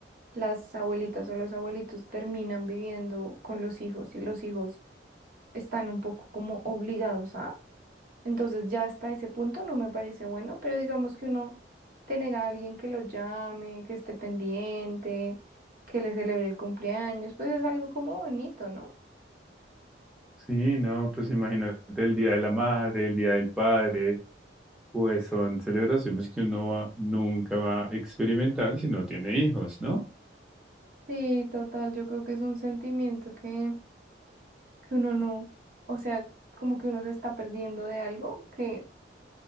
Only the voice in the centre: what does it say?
Sí, no, pues imagínate el Día de la Madre, el Día del Padre. Pues son celebraciones que uno va- nunca va a experimentar si no tiene hijos, ¿no?